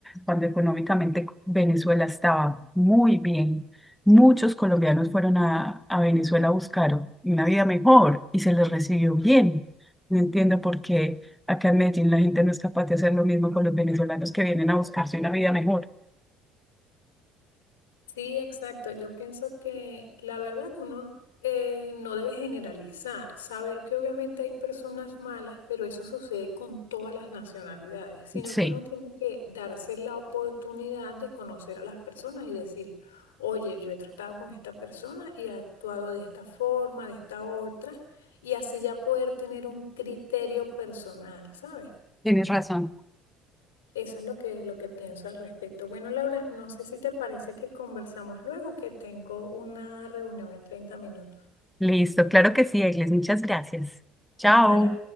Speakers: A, in the centre; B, on the left (about 85°).
A: cuando económicamente Venezuela estaba muy bien. Muchos colombianos fueron a, a Venezuela a buscar una vida mejor y se les recibió bien. No entiendo por qué acá en Medellín la gente no es capaz de hacer lo mismo con los venezolanos que vienen a buscarse una vida mejor.
B: Sí, exacto. Yo pienso que la verdad uno eh, no debe generalizar, saber que obviamente hay personas malas, pero eso sucede con todas las nacionalidades, sino
A: Sí,
B: que uno tiene que darse la oportunidad de conocer a las personas y decir, oye, yo he tratado con esta persona y he actuado de esta forma, de esta otra, y así ya poder tener un criterio personal, ¿sabes?
A: tienes razón.
B: Eso es lo que, lo que pienso al respecto. Bueno, Laura, no sé si te parece que conversamos luego, que tengo una reunión en 30 minutos.
A: Listo, claro que sí, Eglis. Muchas gracias. Chao.
B: Tal